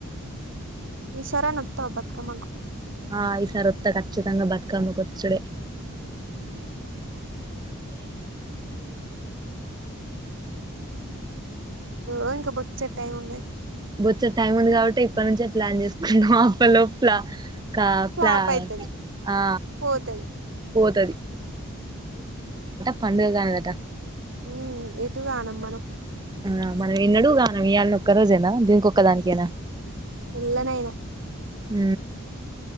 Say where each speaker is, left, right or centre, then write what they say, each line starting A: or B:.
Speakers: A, on the right; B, on the right.
A: ఈషారి అన్న ఒత్తవ బతుకమ్మకు
B: ఆ ఈసారి వత్తా ఖచ్చితంగా బతుకమ్మ కొచ్చుడే.
A: అ ఇంకా బొచ్చెడు టైమ్ ఉంది
B: అప్పట్ లోపల కా
A: ఫ్లాప్
B: పలా
A: అయితది
B: ఆ
A: పోతది
B: పోతది పండుగ కాదట
A: ఉ ఎటు కానం మనం
B: ఆ మనం ఎన్నడూ గానం మనం ఇయాల ఒక్క రోజేనా దీనికి ఒక్కదానికేనా.
A: ఎల్ల నైనా
B: హ